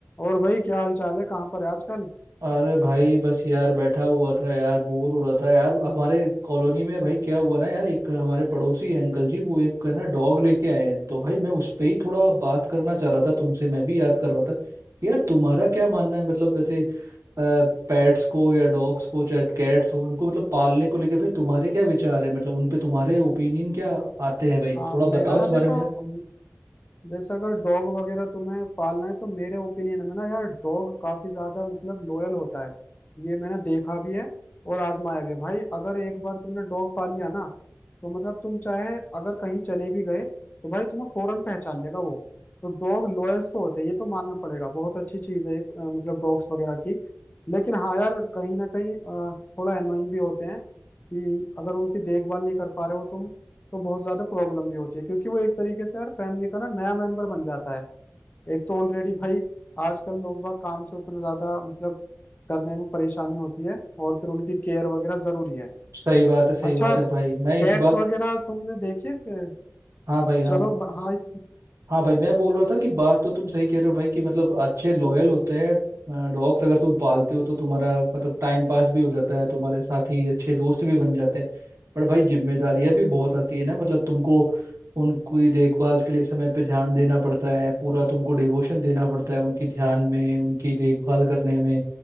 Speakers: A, on the left (about 35°); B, on the right (about 70°).
A: और भाई क्या हाल चाल है कहाँ पर है आजकल
B: अरे भाई बस यार बैठा हुआ था यार बोर हो रहा था यार हमारे कॉलोनी में भाई क्या हुआ ना यार एक हमारे पड़ोसी हैं अंकल जी वो एक ना डॉग लेके आए हैं तो भाई मैं उस पे ही थोड़ा बात करना चाह रहा था तुमसे मैं भी याद कर रहा था यार तुम्हारा क्या मानना है मतलब ऐसे पेट्स को या डॉग्स को चाहे कैट्स हो उनको मतलब पालने को लेके भाई तुम्हारे क्या विचार है मतलब उन पे तुम्हारे ओपिनियन क्या आते हैं भाई
A: हाँ
B: थोड़ा
A: मेरा
B: बताओ इस
A: ना देखो
B: बारे में यार
A: अम, जैसे अगर डॉग वगैरह तुम्हें पालना है तो मेरे ओपिनियन में ना यार डॉग काफी ज्यादा मतलब लोयल होता है ये मैंने देखा भी है और आजमाया भी है भाई अगर एक बार तुमने डॉग पाल लिया ना तो मतलब तुम चाहे अगर कहीं चले भी गए तो भाई तुम्हें फौरन पहचान लेगा वो तो डॉग लॉयल्स तो होते हैं ये तो मानना पड़ेगा बहुत अच्छी चीज है अ, मतलब डॉग्स वगैरह की लेकिन हाँ यार कहीं ना कहीं अ, थोड़ा एनोइंग भी होते हैं कि अगर उनकी देखभाल नहीं कर पा रहे हो तुम तो बहुत ज्यादा प्रॉब्लम भी होती है क्योंकि वो एक तरीके से यार फैमिली का ना नया मेंबर बन जाता है एक तो ऑलरेडी भाई आजकल लोग बाग काम से उतना ज्यादा मतलब करने में परेशानी होती है और फिर उनकी केयर वगैरह जरूरी है
B: सही बात है सही
A: अच्छा
B: बात है भाई मैं
A: कैट्स
B: इस बात
A: वगैरह तुमने देखी है कि-
B: हाँ भाई हाँ
A: चलो ब- हाँ इस
B: हाँ भाई मैं बोल रहा था कि बात तो तुम सही कह रहे हो भाई कि मतलब अच्छे लॉयल होते हैं डॉग्स अगर तुम पालते हो तो तुम्हारा मतलब टाइम पास भी हो जाता है तुम्हारे साथ ही अच्छे दोस्त भी बन जाते हैं पर भाई जिम्मेदारियां भी बहुत आती है ना मतलब तुमको उनकी देखभाल के लिए समय पे ध्यान देना पड़ता है पूरा तुमको डिवोशन देना पड़ता है उनकी ध्यान में उनकी देखभाल करने में